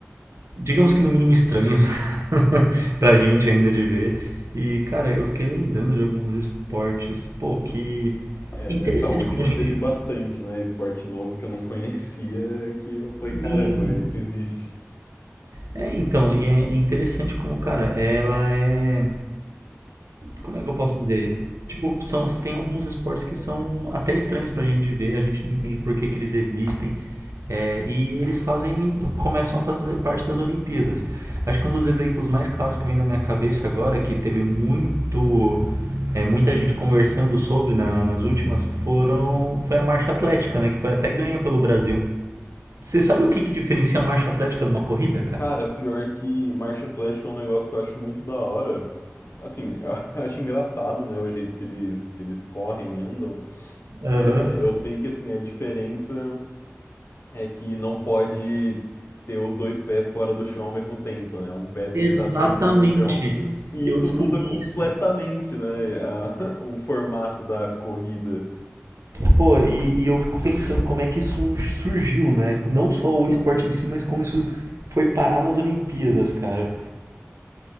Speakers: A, on the right (about 80°); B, on the left (about 55°).
A: digamos que no mínimo estranhos <laughs> pra gente ainda de ver. E, cara, eu fiquei lembrando de alguns esportes, pô, que
B: É,
A: é
B: dessa
A: interessante
B: última
A: como a gente.
B: teve bastante, né? Esporte novo que eu não conhecia, que eu falei,
A: Sim.
B: caramba, isso existe.
A: É, então, e é interessante como, cara, ela é. Como é que eu posso dizer? Tipo, são, tem alguns esportes que são até estranhos pra gente ver, a gente não entende por que que eles existem. É, e eles fazem, começam a fazer parte das Olimpíadas. Acho que um dos exemplos mais claros que vem na minha cabeça agora, que teve muito, é, muita gente conversando sobre na- nas últimas, foram, foi a marcha atlética, né? Que foi até ganha pelo Brasil. Você sabe o que que diferencia a marcha atlética de uma corrida, cara?
B: Cara, pior que marcha atlética é um negócio que eu acho muito da hora. Assim, eu <laughs> acho engraçado, né, o jeito que eles, que eles correm, andam.
A: Aham.
B: É, eu sei que, assim, a diferença é que não pode ter os dois pés fora do chão ao mesmo tempo, né? Um pé tem
A: Exatamente.
B: que estar sempre no chão. E
A: Eu
B: isso
A: descobri
B: muda completamente,
A: isso.
B: né, a- <laughs> o formato da corrida.
A: Pô, e, e eu fico pensando como é que isso surgiu, né? Não só o esporte em si, mas como isso foi parar nas Olimpíadas, cara.